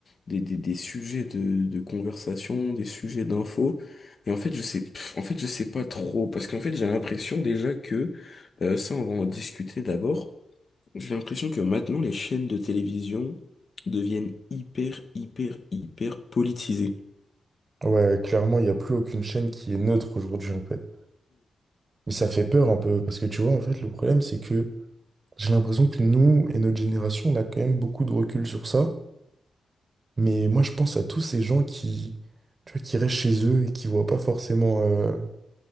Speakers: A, on the left; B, on the right.
A: des, des, des sujets de, de conversation, des sujets d'infos. Et en fait je sais, pff, en fait je sais pas trop parce qu'en fait j'ai l'impression déjà que euh, ça on va en discuter d'abord. J'ai l'impression que maintenant les chaînes de télévision deviennent hyper hyper hyper politisées.
B: Ouais, clairement, il n'y a plus aucune chaîne qui est neutre aujourd'hui, en fait. Mais ça fait peur un peu, parce que tu vois, en fait, le problème, c'est que j'ai l'impression que nous et notre génération, on a quand même beaucoup de recul sur ça. Mais moi, je pense à tous ces gens qui, tu vois, qui restent chez eux et qui voient pas forcément euh,